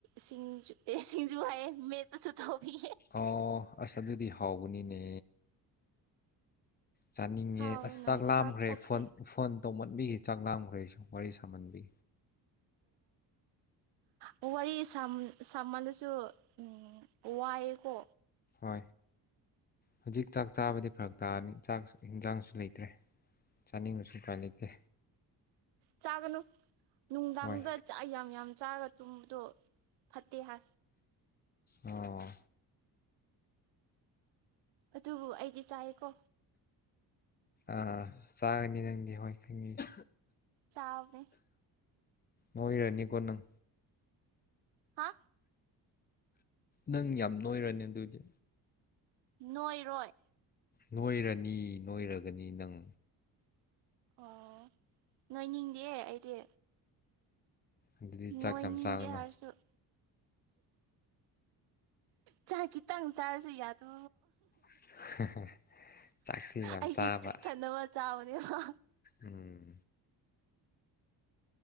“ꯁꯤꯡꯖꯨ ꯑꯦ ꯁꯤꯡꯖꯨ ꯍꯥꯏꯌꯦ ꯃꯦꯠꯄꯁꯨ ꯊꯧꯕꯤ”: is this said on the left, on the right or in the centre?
Right